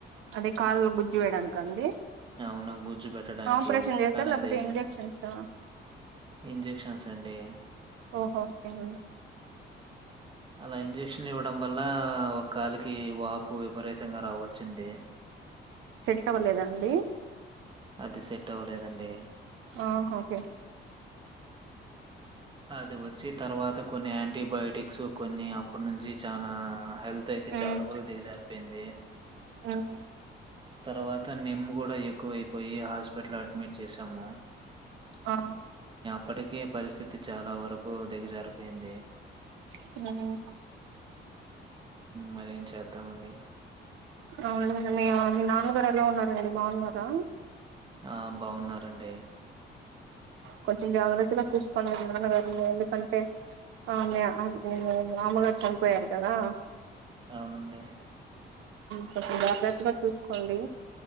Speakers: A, on the right; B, on the right.
A: అదే కాలులో గుజ్జు వేయడానికి అండి
B: అవును గుజ్జు పెట్టడానికి
A: ఆపరేషన్ చేసారా
B: కానీ
A: లేకపోతే
B: అది
A: ఇంజెక్షన్స్ ఆ
B: ఏం చెప్ప లక్షన్స్ అండి
A: ఓహో ఓకేనండి
B: అలా ఇంజెక్షన్ ఇవ్వడం వల్ల ఒక కాలకి వాపు విపరీతంగా రావచ్చింది
A: సెట్ అవ్వలేదా అండి
B: అది సెట్ అవ్వలేదండి
A: ఆ ఓకే
B: అది వచ్చి తర్వాత కొన్ని యా ఎయాంటీబయాోటిక్స్ కొన్ని అప్పటి నుంచి చాలా హెల్త్ అయితే
A: ఉమ్
B: చాలా వరకు దిగజారిపోయింది
A: ఉమ్
B: తర్వాత నిమ్ము కూడా ఎక్కువైపోయి హాస్పిటల్లో అడ్మిట్ చేశాము
A: ఆ
B: ఇప్పటికీ పరిస్థితి చాలా వరకు దిగజారిపోయింది
A: అ
B: మరేం చేద్దామండి
A: అవునులేండి మీ నాన్నగారు ఎలా ఉన్నారండి బాగున్నారా
B: ఆ బాగున్నారంండి
A: కొంచెం జాగ్రత్తగా చూసుకోలే నాన్నగారుని ఎందుకంటే ఆ నేను అమ్మగారు చనిపోయారు కదా
B: అవునండి.
A: కొంచెం జాగ్రత్తగా చూసుకోండి